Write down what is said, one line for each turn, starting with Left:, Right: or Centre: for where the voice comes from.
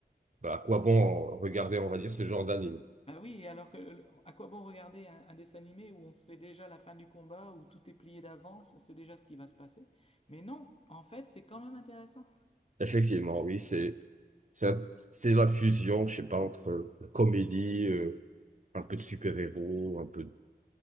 Right: bah, à quoi bon regarder, on va dire, ce genre d'anime?
Left: Bah oui, et alors que, le- à quoi bon regarder un, un dessin animé où on sait déjà la fin du combat, où tout est plié d'avance, on sait déjà ce qui va se passer. Mais non, en fait, c'est quand même intéressant.
Right: Effectivement, oui, c'est c'est un- c'est la fusion, je sais pas, entre la comédie, euh, un peu de super-héros, un peu